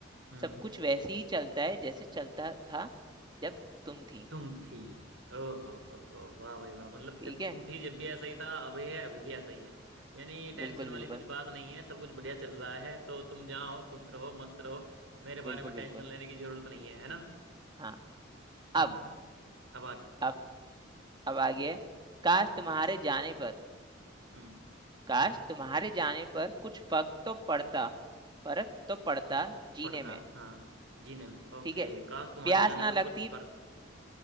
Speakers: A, on the right; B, on the right.
A: हम्म
B: सब कुछ वैसे ही चलता है जैसे चलता था जब तुम थी
A: तुम थी ओहो हो हो वाह भाई वाह मतलब
B: ठीक
A: जब
B: है
A: तुम थी जब भी ऐसा ही था अभी है अभी भी ऐसा ही है यानी टेंशन
B: बिल्कुल
A: वाली
B: बिल्कुल
A: कुछ बात नहीं है सब कुछ बढ़िया चल रहा है तो तुम जहाँ हो खुश रहो मस्त रहो मेरे
B: बिल्कुल
A: बारे में
B: बिल्कुल
A: टेंशन लेने की जरूरत नहीं है है ना
B: हाँ
A: हम्म
B: अब
A: अब आगे
B: अब अब आ गया है काश
A: हम्म
B: तुम्हारे जाने पर
A: हम्म
B: काश तुम्हारे जाने पर कुछ फर्क तो पड़ता फर्क तो पड़ता जीने
A: पड़ता
B: में
A: हाँ जीने में ओके
B: ठीक है
A: काश तुम्हारे
B: प्यास
A: जाने
B: ना
A: पर
B: लगती
A: कुछ फर्क